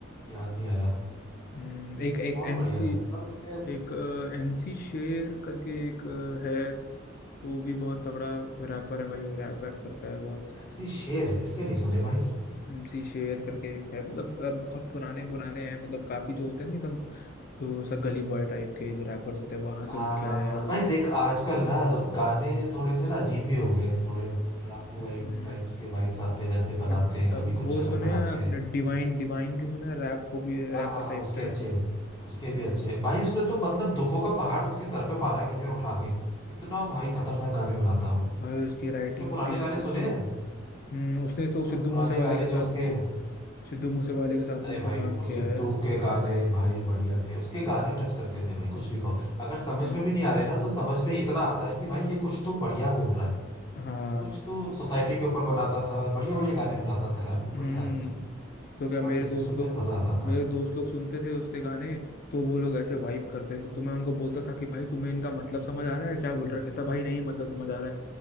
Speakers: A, on the left; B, on the left.
A: याद नहीं आ रहा
B: हम्म, एक एक
A: बहुत
B: एमसी
A: बढ़िया था मतलब इसके
B: एक एमसी शेर करके एक अ, है वो भी बहुत तगड़ा रैपर है भाई वो रैप वैप करता है बहुत
A: एमसी शेर इसके नहीं सुने
B: हाँ
A: भाई मैंने
B: एमसी शेर करके एक है मतलब अ, बहुत पुराने पुराने हैं मतलब काफी जो होते हैं ना एकदम जो सब गली बॉय टाइप के जो रैपर्स होते हैं वहां से
A: आ,
B: उठ के आया है वो
A: भाई देख आजकल ना गाने थोड़े से ना अजीब भी हो गए हैं थोड़े लड़ाकू
B: हम्म,
A: वाइब टाइप्स के वाइब्स आते हैं वैसे बनाते
B: अ,
A: हैं कभी
B: वो
A: कुछ अलग
B: सुने
A: बनाते
B: हैं आपने
A: हैं
B: डिवाइन डिवाइन के सुने हैं? रैप वो भी
A: हाँ
B: रैपर
A: हाँ
B: टाइप
A: हाँ उसके
B: का है
A: अच्छे
B: डिवाइन
A: उसके भी
B: हम्म
A: अच्छे भाई उसने तो मतलब दुखों का पहाड़ उसके सर पे मारा है किसी ने उठा के इतना भाई
B: हम्म
A: खतरनाक गाने बनाता हूँ
B: भाई उसकी राइटिंग
A: उसके पुराने
B: उसकी बहुत
A: गाने
B: अच्छी
A: सुने
B: है
A: हैं
B: हम्म उसने तो
A: हाँ
B: सिद्धू
A: पुराने
B: मूसेवाले
A: गाने
B: के साथ
A: जो उसके
B: भी सिद्धू मूसेवाले के साथ
A: अरे
B: भी उसने
A: भाई
B: काम
A: वो
B: किया
A: सिद्धू
B: है
A: के गाने भाई बढ़िया थे उसके गाने टच करते थे भाई कुछ भी कहो अगर समझ
B: हम्म
A: में भी नहीं आ रहे ना तो समझ में इतना आता है कि भाई ये कुछ तो बढ़िया बोल रहा है
B: हाँ
A: कुछ तो सोसाइटी के ऊपर बनाता था बढ़िया बढ़िया गाने बनाता था यार वो
B: हम्म
A: बढ़िया आदमी था
B: तो
A: उसका
B: क्या मेरे
A: म्यूजिक
B: दोस्त
A: सुनने
B: लोग
A: में मजा आता था
B: मेरे दोस्त लोग सुनते थे उसके गाने तो वो लोग ऐसे वाइब करते थे तो मैं उनको बोलता था कि भाई तुम्हें इनका मतलब समझ आ रहा है क्या बोल रहा है कहता भाई नहीं मतलब समझ आ रहा है